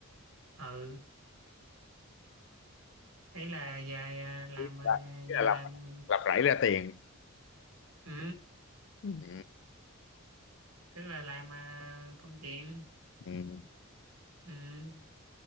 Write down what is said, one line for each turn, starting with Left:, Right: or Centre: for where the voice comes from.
Right: ừ ấy là giờ à, làm
Left: Ý
Right: à,
Left: là, ý
Right: vừa
Left: là lập
Right: làm
Left: lập rẫy ra tiền.
Right: ừ
Left: Ừ,
Right: tức là làm à, công chuyện
Left: ừ.
Right: ừ